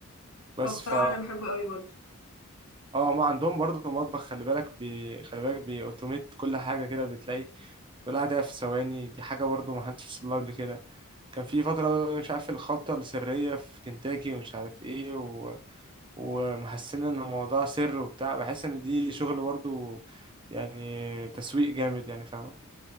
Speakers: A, on the right; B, on the left.
A: بس
B: هو بصراحة
A: ف
B: انا بحبه قوي برضه
A: اه ما عندهم برضه مطبخ خلي بالك بي... خلي بالك بيأوتوميت كل حاجة كده بتلاقي كل حاجة تبقى في ثواني دي حاجة برضه ما حدش وصل لها قبل كده كان في فترة مش عارف الخلطة السرية في كنتاكي ومش عارف ايه و... ومحسين ان الموضوع سر وبتاع بحس ان دي شغل برضه يعني تسويق جامد يعني فاهمة